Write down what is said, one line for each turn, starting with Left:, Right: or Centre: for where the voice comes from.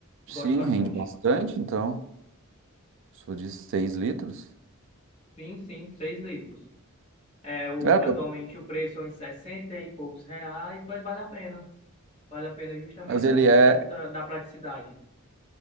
Left: Gosto
Right: Sim,
Left: bastante.
Right: rende bastante, então. Sou de 6 litros.
Left: Sim, sim, seis litros. É, o,
Right: É, pô.
Left: atualmente o preço é em 60 e poucos reais, mas vale a pena. Vale a pena justamente
Right: mas
Left: por
Right: ele é,
Left: conta da praticidade.